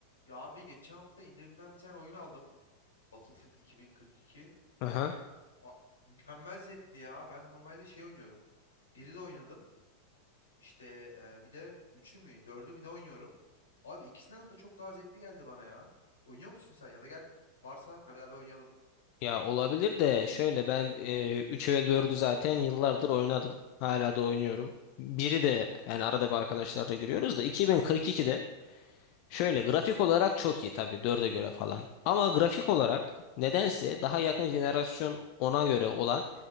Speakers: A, on the left; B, on the left.
A: Ya abi geçen hafta indirimden bir tane oyun aldım. Battlefield 2042.
B: Aha.
A: A- mükemmel zevkli ya. Ben normalde şey oynuyorum. Biri de oynadım. İşte e, bir de üçü mü, dördü mü ne oynuyorum. Abi ikisinden de çok daha zevkli geldi bana ya. Oynuyor musun sen ya da gel varsa beraber oynayalım.
B: Ya olabilir de şöyle ben e, 3'ü ve dördü zaten yıllardır oynadım. Hala da oynuyorum. Biri de yani arada bir arkadaşlarla giriyoruz da 2042'de şöyle grafik olarak çok iyi tabii 4'e göre falan. Ama grafik olarak nedense daha yakın jenerasyon ona göre olan